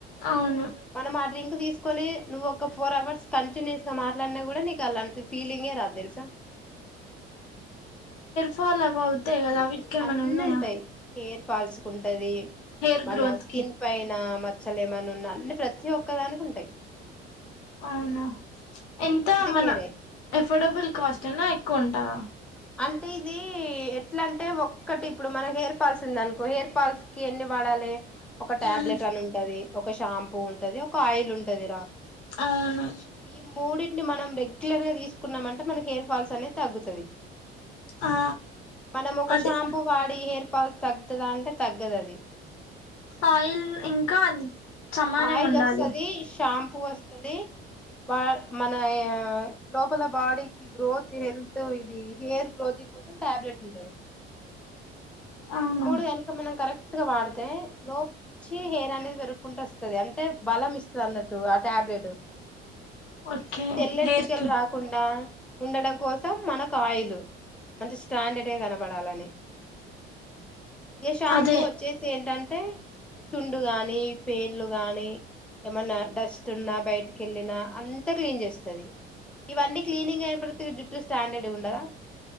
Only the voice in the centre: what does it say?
మనం ఆ డ్రింక్ తీసుకొని నువ్వు ఒక ఫోర్ అవర్స్ కంటిన్యూస్ గా మాట్లాడినా గూడ నీక్ అలా అనిపి ఫీలింగ్ ఎ రాదు తెలుసా
అన్ని
ఉంటాయి హెయిర్ ఫాల్స్ కుంటది
మన
స్కిన్
పైన మచ్చలేమన్న ఉన్న అన్ని ప్రతి ఒక్కదానికుంటాయి
కేరే
అంటే ఇది ఎట్లా అంటే ఒక్కటి ఇప్పుడు మనకి హెయిర్ ఫాల్స్ ఉంది అనుకో హెయిర్ ఫాల్స్ కి ఎన్ని వాడ అలే ఒక టాబ్లెట్
అని ఉంటది ఒక షాంపూ ఉంటది ఒక ఆయిల్ ఉంటదిరా
ఈ ఈ మూడిట్ని మనం రెగ్యులర్ గా తీస్ కున్నమంటే మనకి హెయిర్ ఫాల్స్ అనేది తగ్గుతది
మనమోక
షాంపూ వాడి హెయిర్ <unintelligible> తగ్గుతుందా అంటే తగ్గదు అది
ఆయిల్
వస్తది షాంపూ వస్తది బా మన లోపల బాడీకి గ్రోత్ హెల్త్ ఇది హెయిర్ గ్రోతింగ్ కోసం టాబ్లెట్ ఉంటది
ఈ మూడు గనక మనం కరెక్ట్ క్ట్గా వాడ్తే లోప్ చి హెయిర్ అనేది పెరు కుంట వస్తుంది అంటే బలం ఇస్తది అన్నట్టు ఆ టాబ్లెట్
ఈ తెల్లెటీకలు
రాకుండా ఉండడం కోసం మనకు ఆయిల్ అంటే స్టాండర్డ్గా కనపడాలని ఇక షాంపూ
వచ్చేసి ఏంటంటే చుండు గాని పేన్లు గాని ఏమన్నా డస్ట్ ఉన్నా బయటికెళ్ళిన అంతా క్లీన్ చేస్తది ఈ వన్నీ క్లీనింగ్ అయతే జుట్టు స్టాంండర్డ్ ఉండదా